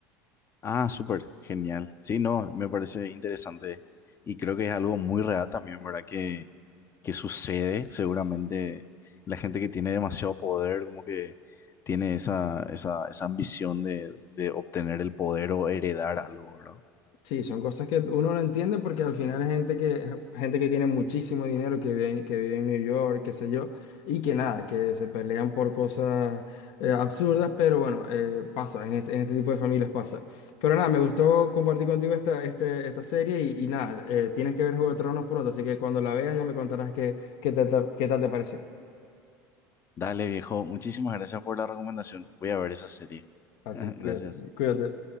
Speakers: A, on the left; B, on the left.
A: Ah, súper, genial. Sí, no, me parece interesante y creo que es algo muy real también, ¿verdad? Que, que sucede seguramente la gente que tiene demasiado poder, como que tiene esa, esa, esa ambición de, de obtener el poder o heredar algo, ¿verdad?
B: Sí, son cosas que uno no entiende porque al final es gente que, gente que tiene muchísimo dinero, que vive, en- que vive en New York, qué sé yo, y que nada, que se pelean por cosas eh, absurdas, pero bueno, eh, pasa, en este, en este tipo de familias pasa. Pero nada, me gustó compartir contigo esta, este, esta serie y, y nada, eh, tienes que ver Juego de Tronos pronto, así que cuando la veas ya me contarás qué, qué tal, te- qué tal te pareció.
A: Dale, viejo, muchísimas gracias por la recomendación. Voy a ver esa serie. <laughs>
B: A
A: Gracias.
B: ti, cuida- cuídate.